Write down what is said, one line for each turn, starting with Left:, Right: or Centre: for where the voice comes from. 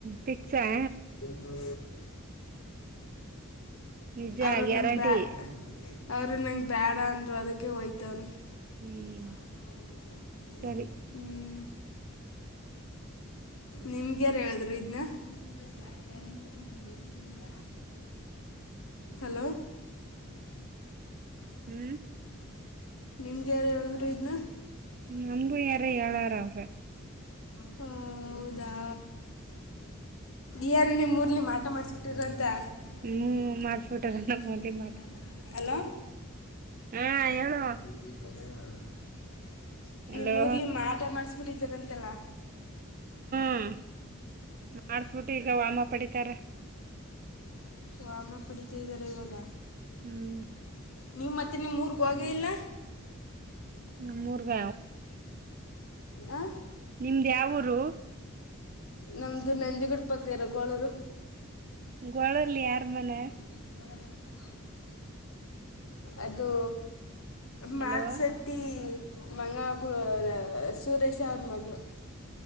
Right: ಫಿಕ್ಸ್ ಆ.
Left: ಹು
Right: ನಿಜ
Left: ಅವರು
Right: ಗ್ಯಾರಂಟಿ
Left: ಬ್ಯಾಡ್. ಅವರು ನಂಗ ಬ್ಯಾಡಾ ಅಂದರು ಅದಕ್ಕೆ ಹೋಯ್ತವನಿ.
Right: ಹ್ಮ್
Left: ಶಾಲಿ ಚೊಲೋ ನೋಡಬೇಕ ಹು.
Right: ಸರಿ
Left: ಹು ನಿಮ್ಗೆಾರ ಹೇಳಿದ್ರು ಇದ್ನ. ನಿಂದು ತಟ್ಯನು ನೀನ್ ಗೊತ್ತಿದ್ದೀನಲ್ಲ. ಹಲೋ
Right: ಹು
Left: ನಿಮ್ಗೆ ಯಾರು ಹೇಳಿದ್ರು ಇದ್ನ.
Right: ನಮ್ಗೂ ಯಾರ ಹೇಳಾರ ಅವ್ರ
Left: ಹು ಹೌದಾ ಯಾರ ನಿಮ್ಮ ಊರಲ್ಲಿ ಮಾಟ ಮಾಡ್. <unintelligible>
Right: ಹ್ಮ್ ಮಾಡ್ಸ್ಬಿಟಾರ ನಮ್ ಮುಂದಿನ
Left: ಹಲೋ
Right: ಹ್ಮ್ ಹೇಳು
Left: <unintelligible>
Right: ಹಲೋ
Left: ನಿಮ್ಮು ಊರ್ಲ್ಲಿ ಮಾಟ ಮಾಡಿಸ್ಬಿಟ್ಟಿದಾರಂತಲ್ಲ.
Right: ಹ್ಮ ಮಾಡಸ್ಬಿಟ್ಟು ಈಗ ವಾಮ ಪಡಿತಾರ.
Left: ವಾಮ ಪಡಿತ ಇದಾರ ಇವಾಗ
Right: ಹ್ಮ್
Left: ನೀ ಮತ್ತೆ ನಿಮ್ ಊರಿಗೆ ಹೋಗೆ ಇಲ್ಲ
Right: ನಮ್ಮೂರ್ಗ
Left: ಆ
Right: ನಿಮ್ದ ಯಾವ ಊರು
Left: ನಮ್ದು ನಂದಿಗುಡ ಪಕ್ಕ ಇರೋ ಗೂಳೂರು.
Right: ಗೋಳಲ್ಲಿ ಯಾರ್ ಮನೆ
Left: <inaudible> ಅದು ಮತ್ಸ
Right: ಹಲೋ
Left: ಟೀ ಮಂಗ ಪು <unintelligible> ಸುರೇಶ ಅವ್ರ ಮಗಳು <unintelligible>